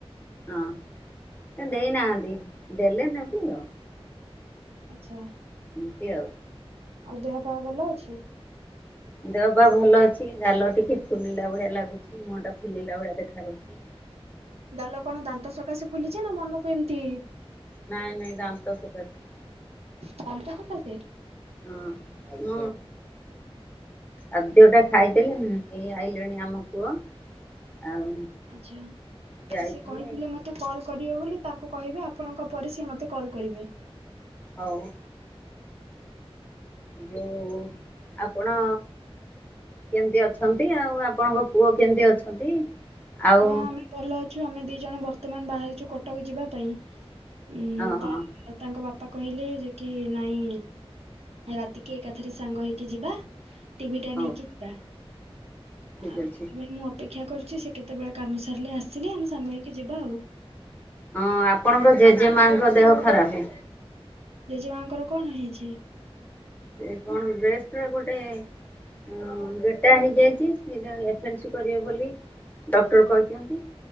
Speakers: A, on the left (about 15°); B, on the right (about 80°).
A: ହଁ ସେ ଦେଇନାହାନ୍ତି ଦେଲେ ନେବି ଆଉ।
B: ଆଚ୍ଛା।
A: ଏମତି ଆଉ
B: ଆଉ ଦେହ ପାହା ଭଲ ଅଛି।
A: ଦେହ ପା ଭଲ ଅଛି ଗାଲ ଟିକେ ଫୁଲିଲା ଭଳିଆ ଲାଗୁଚି ମୁହଁ ଟା ଫୁଲିଲା ଭଳିଆ ଦେଖାଯାଉଚି।
B: ଗାଲ କଣ ଦାନ୍ତ ସକାଶେ ଫୁଲିଛି ନା ମନକୁ ଏମତି
A: ନାଇଁ ନାଇଁ ଦାନ୍ତ ସକାସେ।
B: ଦାନ୍ତ ସକାସେ।
A: ହଁ। ଆଉ ଦେଉଟା ଖାଇଦେଲେନି ହେଇ ଆଇଲେଣି ଆମ ପୁଅ। ଆଉ
B: ଆଛା
A: ଯାଇଥିଲେ
B: ସେ କହିଥିଲେ ମତେ କଲ କରିବେ ବୋଲି ତାଙ୍କୁ କହିବେ ଆପଣଙ୍କ ପରେ ସିଏ ମୋତେ କଲ୍ କରିବେ।
A: ହଉ। ଯୋଉ ଆପଣ କେମତି ଅଛନ୍ତି? ଆଉ ଆପଣଙ୍କ ପୁଅ କେମତି ଅଛନ୍ତି? ଆଉ
B: ହଁ ଆମେ ଭଲ ଅଛୁ। ଆମେ ଦି ଜଣ ବର୍ତ୍ତମାନ ବାହାରିଛୁ କଟକ ଯିବା ପାଇଁ। ଉଁ,
A: ହଁ ହଁ
B: ତା <inaudible> ତାଙ୍କ ବାପ ପା କହିଲେ ଯେ କି ନାଇଁ ରାତିକି ଏକାଥରେ ସାଙ୍ଗ ହେଇକି ଯିବା। ଟିଭି ଟା
A: ହଉ
B: ନେଇକି ଯିବା
A: ଠିକ
B: ଆଉ
A: ଅଛି।
B: ସେଥିପାଇଁ ମୁଁ ଅପେକ୍ଷା କରିଚି ସେ କେ ତେବେଳେ କାମ ସାରିଲେ ଆସିଲେ ଆମେ ସାଙ୍ଗ ହେଇକି ଯିବା ଆଉ।
A: ହଁ ଆପଣଙ୍କ ଜେଜେ ମାଙ୍କ ଦେହ ଖରାପେ।
B: ଜେଜେମାଙ୍କର କଣ ହେଇଛି?
A: ସେ କଣ ରେଷ୍ଟ ରେ ଗୋଟେ ଅଁ, ବେ ଟାଇମ୍ ହେଇଯାଇଚି ସିଏ ବା ଏଫେନ୍ସ କରିବେ ବୋଲି ଡକ୍ଟର୍ କହିଚନ୍ତି।